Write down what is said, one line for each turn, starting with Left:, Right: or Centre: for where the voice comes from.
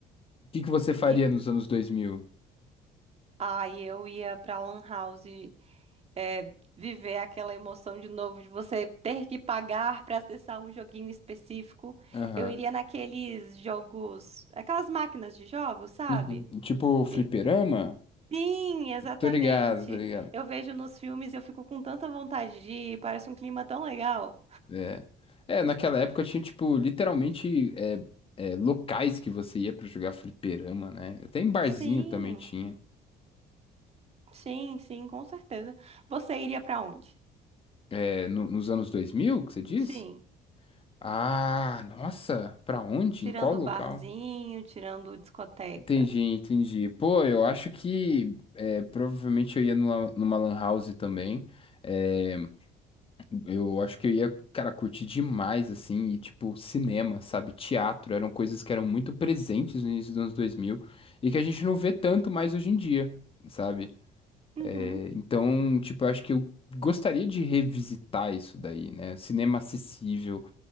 Left: O que que você faria
Right: E
Left: nos anos 2000?
Right: ai, eu ia pra Lan House é, viver aquela emoção de novo, de você ter que pagar para acessar um joguinho específico.
Left: Aham.
Right: Eu iria naqueles jogos, aquelas máquinas de jogos, sabe?
Left: Uhum. Tipo fliperama?
Right: E- Sim, exatamente.
Left: Tô ligado, tô ligado.
Right: Eu vejo nos filmes, eu fico com tanta vontade de ir, parece um clima tão legal.
Left: É. É, naquela época tinha, tipo, literalmente é, é, locais que você ia pra jogar fliperama, né? Até em barzinho
Right: Sim,
Left: também tinha.
Right: sim, sim, com certeza. Você iria para onde?
Left: É, no- nos anos 2000, que você diz?
Right: Sim,
Left: Ah, nossa, pra onde?
Right: tirando
Left: Em qual local?
Right: o barzinho, tirando discoteca.
Left: Entendi, entendi. Pô, eu acho que é, provavelmente eu ia numa, numa lan house também. É, Eu acho que eu ia, cara, curtir demais, assim, e tipo, cinema, sabe? Teatro, eram coisas que eram muito presentes no início dos anos 2000 e que a gente não vê tanto mais hoje em dia, sabe?
Right: Uhum.
Left: É, então, tipo, eu acho que eu gostaria de revisitar isso daí, né? Cinema acessível.